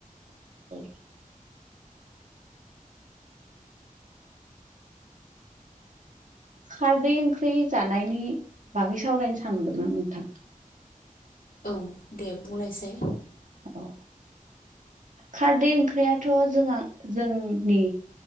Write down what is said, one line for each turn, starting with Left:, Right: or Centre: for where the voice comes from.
Right: <unintelligible> खारदै ओंख्रि जानायनि बागै सावरायनो सानदों नोंथां
Left: औ दे बुंनायसाय
Right: औ खारदै ओंख्रियाथ' जोंहा जोंनि